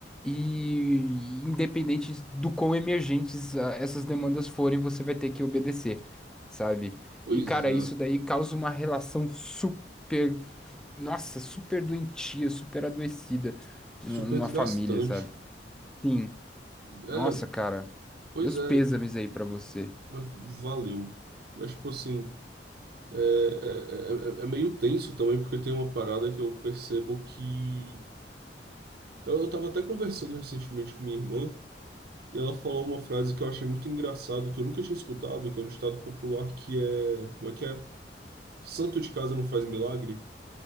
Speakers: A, in the centre; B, on the right (about 60°).
A: e independente do quão emergentes ah, essas demandas forem, você vai ter que obedecer, sabe?
B: pois
A: E cara,
B: é.
A: isso daí causa uma relação super nossa, super doentia, super adoecida numa
B: super
A: numa
B: desgastante.
A: família, sabe? Sim.
B: É,
A: Nossa, cara.
B: pois
A: Meus
B: é,
A: pêsames aí pra você.
B: mas valeu. Mas, tipo assim, é, é, é- é é meio tenso também, porque tem uma parada que eu percebo que. Eu, eu tava até conversando recentemente com minha irmã, e ela falou uma frase que eu achei muito engraçado, que eu nunca tinha escutado, que é um ditado popular que é. Como é que é? Santo de casa não faz milagre.